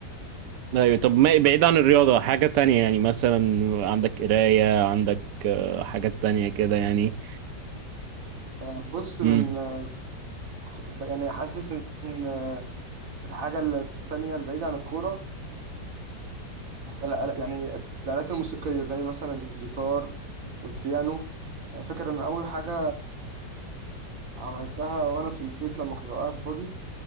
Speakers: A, on the right; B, on the right.
A: ايوه طب ما بعيد عن الرياضة حاجة تانية يعني مثلا عندك قراية عندك آه، حاجات تانية كده يعني
B: آه، بص من
A: امم
B: آه، يعني حاسس ان آه، الحاجه التانيه البعيده عن الكوره الآلة- يعني الآلات الموسيقية زي مثلا الجيتار والبيانو يعني فاكر إن أول حاجة عملتها وأنا في البيت لما كنت ببقى قاعد فاضي